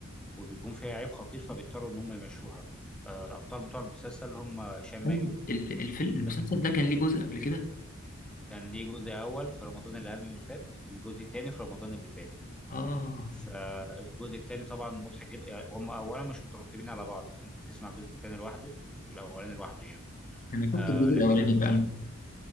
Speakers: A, in the centre; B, on the left (about 40°).
A: وبيكون فيها عيب خطير فبيضطروا ان هم يمشوها آه، الابطال بتوع المسلسل هم هشام ماجد
B: ايوه ال- الفيلم المسلسل
A: ده
B: ده كان ليه جزء قبل كده
A: كان ليه جزء اول في رمضان اللي قبل اللي فات وجزء تاني في رمضان اللي فات
B: اه
A: فالجزء التاني طبعا مضحك جدا يعني هم اولا مش مترتبين على بعض فممكن تسمع الجزء التاني لوحده والاولاني لوحده يعني
B: انا شفت
A: آه
B: الجزء
A: لكن
B: الاولاني
A: المسلسل
B: فعلا